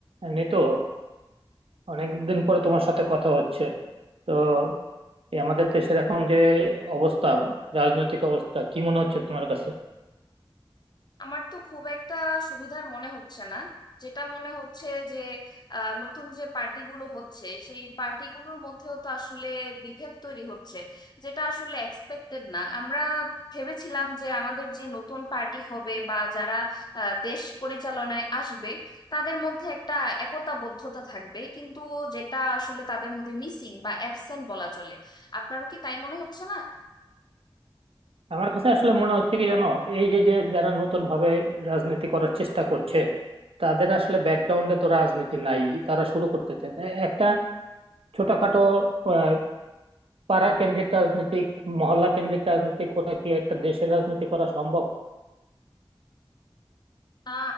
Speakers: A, on the right; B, on the left.
A: এমনি তো অনেকদিন পরে তোমার সাথে কথা হচ্ছে তো এই আমাদের দেশের এখন যে অবস্থা রাজনৈতিক অবস্থা কি মনে হচ্ছে তোমার কাছে
B: আমার তো খুব একটা সুবিধার মনে হচ্ছে না যেটা মনে হচ্ছে যে আহ, নতুন যে পার্টিগুলো হচ্ছে সেই পার্টিগুলোর মধ্যেও তো আসলে বিভেদ তৈরি হচ্ছে যেটা আসলে এক্সপেক্টেড না আমরা ভেবেছিলাম যে আমাদের যে নতুন পার্টি হবে বা যারা আহ, দেশ পরিচালনায় আসবে তাদের মধ্যে একটা একতাবদ্ধতা থাকবে কিন্তু যেটা আসলে তাদের মধ্যে মিসিং বা অ্যাবসেন্ট বলা চলে আপনারও কি তাই মনে হচ্ছে না
A: আমার কাছে আসলে মনে হচ্ছে কি জানো এই যে যে যারা নতুন ভাবে রাজনীতি করার চেষ্টা করছে তাদের আসলে ব্যাকগ্রাউন্ডে তো রাজনীতি নাই তারা শুরু করতে চাইছে একটা ছোটখাটো আহ, পাড়া কেন্দ্রিক রাজনীতিক মহল্লা কেন্দ্রিক রাজনীতি করে কি একটা দেশের রাজনীতি করা সম্ভব
B: না